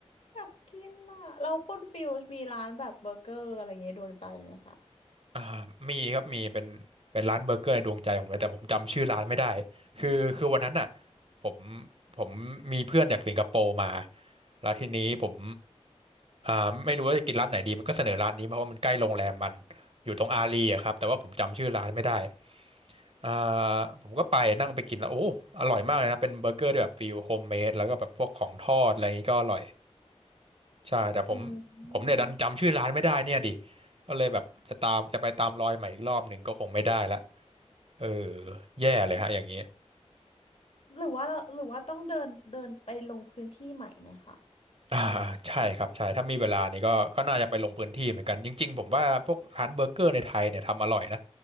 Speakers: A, on the left; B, on the right.
A: อยากกินอ่ะเราคุณฟิลมีร้านแบบเบอร์เกอร์อะไรเงี้ยดวงใจไหมคะ
B: อ่ามีครับมีเป็นเป็นร้านเบอร์เกอร์ในดวงใจผมเลยแต่ผมจำชื่อร้านไม่ได้คือคือวันนั้นน่ะผมผมมีเพื่อนจากสิงคโปร์มาแล้วทีนี้ผมอ่าไม่รู้ว่าจะกินร้านไหนดีมันก็เสนอร้านนี้มาเพราะว่ามันใกล้โรงแรมมันอยู่ตรงอารีอะครับแต่ว่าผมจำชื่อร้านไม่ได้อ่าผมก็ไปนั่งไปกินแล้วโอ้อร่อยมากเลยนะเป็นเบอร์เกอร์ที่แบบฟิลโฮมเมดแล้วก็แบบพวกของทอดอะไรอย่างนี้ก็อร่อยใช่แต่ผม
A: อืม
B: ผมเนี่ยดันจำชื่อร้านไม่ได้เนี่ยดิก็เลยแบบจะตามจะไปตามรอยใหม่อีกรอบหนึ่งก็คงไม่ได้ละ เออแย่เลยฮะอย่างนี้
A: หรือว่าเราหรือว่าต้องเดินเดินไปลงพื้นที่ใหม่ไหมคะ
B: อ่าใช่ครับใช่ถ้ามีเวลานี่ก็ก็น่าจะไปลงพื้นที่เหมือนกันจริงๆผมว่าพวกร้านเบอร์เกอร์ในไทยเนี่ยทำอร่อยนะ